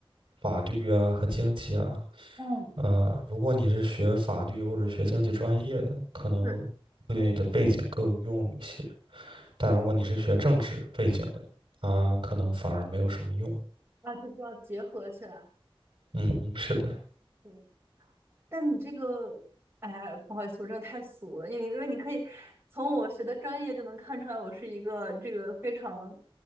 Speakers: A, on the right (about 50°); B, on the right (about 25°).
A: 法律啊和经济啊，
B: 嗯，
A: 啊、如果你是学法律或者学经济专业的，可能会对你的背景更有用一些。
B: 是
A: 但如果你是学政治背景的，它可能反而没有什么用。
B: 啊，就是要结合起来。
A: 嗯嗯，是的，
B: 对，但你这个，哎呀，不好意思，我真的太俗了，因为因为你可以从我学的专业就能看出来，我是一个这个非常，